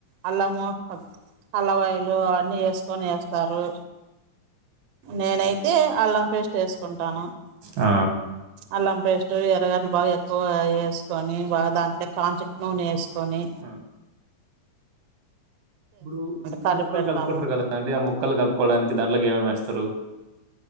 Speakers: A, on the right; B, on the right.
A: అల్లము అల్లవాయిలు అవన్నీ వేసుకొని వేస్తారు నేనైతే అల్లం పేస్ట్ వేసుకుంటాను
B: ఆ
A: అలాంపేస్ ఎర్రగట్లు బాగా ఎక్కువ వేసుకొని బాగా దాంట్లో కాంచట్ నూ వేసుకని కొని
B: ఆ! ఇప్పుడు
A: కలిపి
B: ముక్కలు
A: పెడతాము
B: కలుపుకుంటారు కదా అండి ఆ ముక్కలు కలుపుకోవడానికి దాంట్లోకి ఏమేమి వేస్తారు